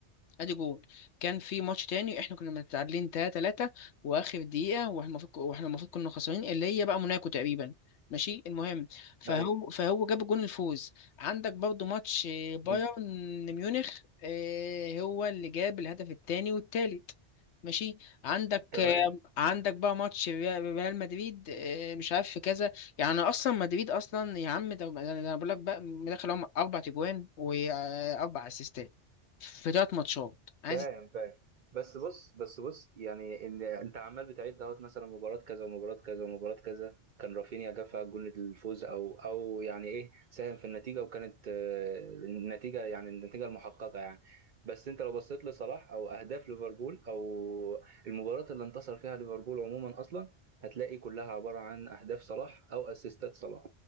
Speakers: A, on the left; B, on the right.
A: ادي جول كان في ماتش تاني احنا كنا متعادلين 3 3 واخر دقيقه واحنا المفروض واحنا المفروض كنا خسرانين اللي هي بقى موناكو تقريبا ماشي المهم فهو
B: أيوه
A: فهو جاب جون الفوز عندك برضو ماتش آه، بايرن
B: مم.
A: ميونخ آه، هو اللي جاب الهدف التاني والتالت ماشي عندك
B: تمام
A: آه، عندك بقى ماتش ريا- ريال مدريد آه، مش عارف في كذا يعني اصلا مدريد اصلا يا عم ده ده انا بقول لك بقى مدخل هم اربع تجوان واربع اسيستات في ثلاث ماتشات عايز
B: فاهم فاهم بس بص بس بص يعني ان انت عمال بتعد اهوت مثلا مباراه كذا ومباراه كذا ومباراه كذا كان رافينيا جاب فيها جول الفوز او او يعني ايه ساهم في النتيجه وكانت آه، النتيجه يعني النتيجه المحققه يعني بس انت لو بصيت لصلاح او اهداف ليفربول او المباراه اللي انتصر فيها ليفربول عموما اصلا هتلاقي كلها عباره عن اهداف صلاح او اسيستات صلاح